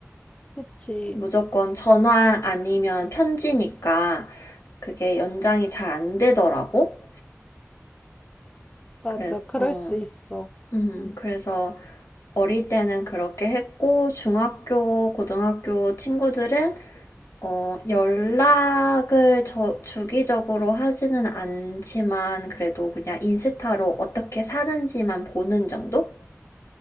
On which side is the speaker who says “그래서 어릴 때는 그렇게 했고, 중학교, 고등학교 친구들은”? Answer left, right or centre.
Left